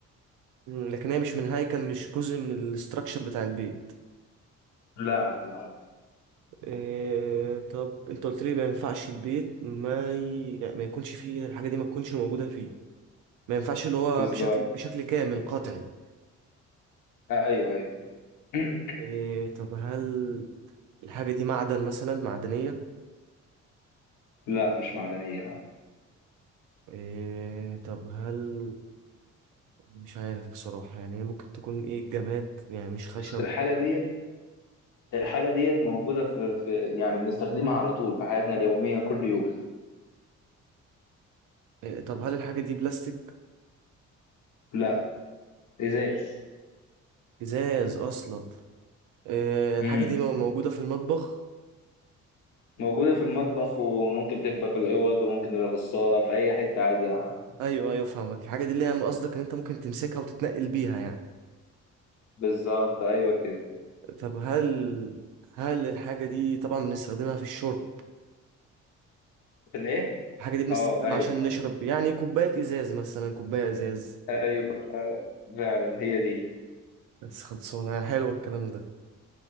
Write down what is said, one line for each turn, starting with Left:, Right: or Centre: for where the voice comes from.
Right: مم، لكن هي مش من هيكل مش جزء من الاستراكشر بتاع البيت
Left: لا لا
Right: إيه طب انت قلت لي ما ينفعش البيت ما ي... يعني ما يكونش فيه الحاجة دي ما تكونش موجودة فيه ما ينفعش اللي هو
Left: بالظبط
Right: بشكل بشكل كامل قطعي
Left: أيوه أيوه <clears throat>
Right: إيه طب هل الحاجة دي معدن مثلا معدنية
Left: لا مش معدنية
Right: إيه طب هل مش عارف بصراحة يعني هي ممكن تكون ايه جماد يعني مش خشب
Left: بس الحاجة ديت الحاجة ديت موجودة في, في يعني بنستخدمها على طول في حياتنا اليومية كل يوم
Right: إيه طب هل الحاجة دي بلاستيك
Left: لا إزاز
Right: ازاز اصلا إيه الحاجة
Left: امم
Right: دي مو- موجودة في المطبخ
Left: موجودة في المطبخ وممكن تبقى في الأوض وممكن تبقى في الصالة في أي حتة عادي يعني
Right: ايوه ايوه فاهمك الحاجه دي اللي هي قصدك ان انت ممكن تمسكها وتتنقل بيها يعني
Left: بالظبط أيوه كده
Right: طب هل هل الحاجه دي طبعا بنستخدمها في الشرب
Left: في الإيه؟
Right: الحاجه دي بنستخدمها
Left: أه أيوه
Right: عشان
Left: صح
Right: نشرب يعني كوبايه ازاز مثلا كوبايه ازاز
Left: أيوة. فعلا هي دي
Right: بس خلصانه حلو الكلام ده